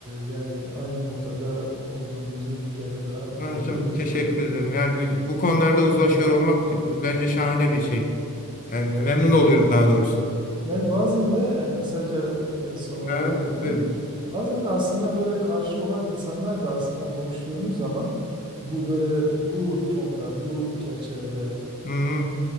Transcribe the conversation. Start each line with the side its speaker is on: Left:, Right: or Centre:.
Right: yani aynı noktada olduğumuzu bir kere daha
Left: Ben
Right: <laughs> teyit
Left: hocam
Right: etmiş
Left: teşekkür
Right: oldum.
Left: ederim. Yani biz- bu konularda uzlaşıyor olmak bence şahane bir şey. Yani memnun oluyorum
Right: Evet.
Left: daha doğrusu.
Right: Yani bazen de e, kısaca e, son
Left: Ha,
Right: olarak ekli.
Left: buyurun.
Right: Bazen de aslında böyle karşı olan insanlar da aslında konuştuğunuz zaman bu böyle bu tonda, bu çerçevede
Left: Hı,